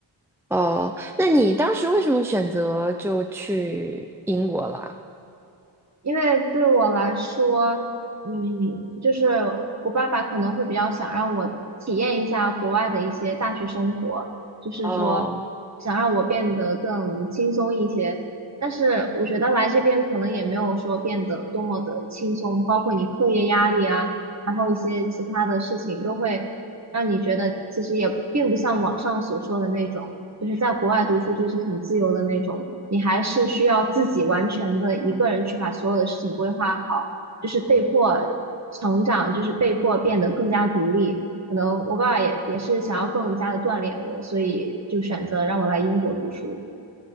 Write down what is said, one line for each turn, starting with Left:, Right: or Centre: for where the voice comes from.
Centre: 哦，那你当时为什么选择就去英国了？
Right: 因为对我来说，嗯，就是我爸爸可能会比较想让我体验一下国外的一些大学生活，就是说
Centre: 哦
Right: 想让我变得更轻松一些。但是我觉得来这边可能也没有说变得多么的轻松，包括你课业压力啊，然后一些其他的事情都会让你觉得其实也并不像网上所说的那种。就是在国外读书就是很自由的那种，你还是需要自己完全的一个人去把所有的事情规划好，就是被迫成长，就是被迫变得更加独立。可能我爸爸也也是想要更加的锻炼我，所以就选择让我来英国读书。